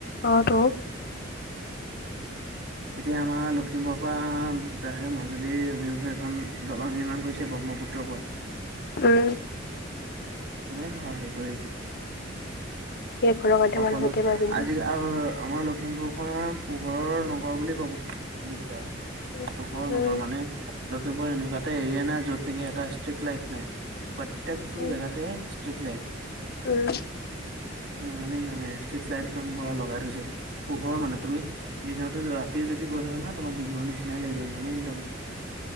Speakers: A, on the left; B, on the right.
A: অ, টো।
B: এতিয়া আমাৰ লখিমপুৰৰ পৰা, ডাইৰেক্ মাজুলীৰ অভিমুখে, এখন দলং নিৰ্মাণ কৰিছে। এ, ব্ৰহ্মপুত্ৰৰ ওপৰত।
A: উম,
B: কিমান সহায় হেৰি কৰিছে।
A: <unintelligible>
B: সকলো আজি আমাৰ লখিমপুৰ খনৰ পোহৰৰ নগৰ বুলি ক'ব দিছে
A: উম
B: পোহৰ নগৰ
A: উম।
B: মানে লখিমপুৰ এনেকুৱা এটা এৰিয়া নাই যত নেকি এটা ষ্ট্ৰিট লাইট নাই, প্ৰত্যেক তো
A: উম,
B: জেগাতে ষ্ট্ৰিক, লাইট।
A: উম,
B: ইমানেই মানে, ষ্ট্ৰিট লাইট একদম পূৰা লগাই থৈছে। পোহৰ মানে, তুমি দিনাতো ৰাতিও যদি গৈ থাকা ন, তোমাৰ দিনৰ নিচিনাই লাগিব মানে একদম <inaudible>